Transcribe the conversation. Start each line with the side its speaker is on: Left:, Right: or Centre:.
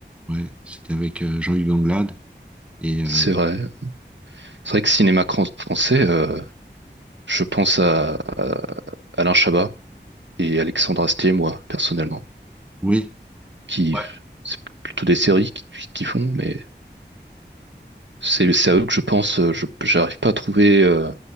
Centre: ouais, c'était avec euh, Jean-Hugues Anglade. Et euh,
Right: C'est vrai. C'est vrai que cinéma cran- français, euh, je pense à, à Alain Chabat et Alexandre Astier, moi, personnellement,
Centre: oui,
Right: qui
Centre: ouais,
Right: c'est plutôt des séries qui, qui font, mais c'est c'est à eux que je pense. euh, Je j'arrive pas à trouver euh,